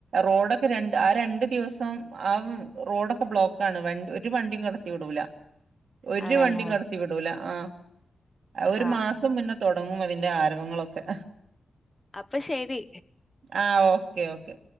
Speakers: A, on the right (about 80°); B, on the left (about 20°).
A: റോഡൊക്കെ രണ്ട് ആ രണ്ട് ദിവസം ആഹ് റോഡൊക്കെ ബ്ലോക്കാണ് വണ്ടി ഒരു വണ്ടിയും കടത്തി വിടൂല ഒരു
B: ആണല്ലേ
A: വണ്ടിയും കടത്തി വിടൂല ആഹ് ഒരു
B: ആഹ്
A: മാസം
B: ആഹ്
A: മുന്നേ തുടങ്ങും അതിന്റെ ആരവങ്ങളൊക്കെ
B: അപ്പൊ ശരി
A: ആഹ് ഓക്കെ ഓക്കെ